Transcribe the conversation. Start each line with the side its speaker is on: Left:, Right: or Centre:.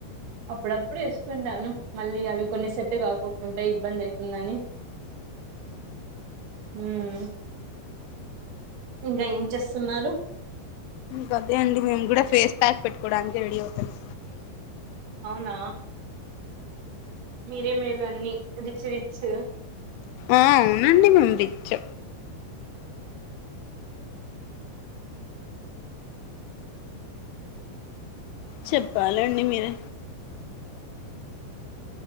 Right: అప్పుడప్పుడు ఏసుకుంటాను మళ్ళీ అవి కొన్ని సెట్టు కాకోకుంటె ఇబ్బంది ఐతుందని మ్ ఇంగ ఏం చేస్తున్నారు
Left: గదే అండి మేము గూడ ఫేస్ ప్యాక్ పెట్టుకోడానికి రెడీ అవుతున్నం
Right: అవునా మీరే మేలు అన్ని రిచ్ రిచ్చు
Left: ఆ అవునండి మేము రిచ్ చెప్పాలండి మీరే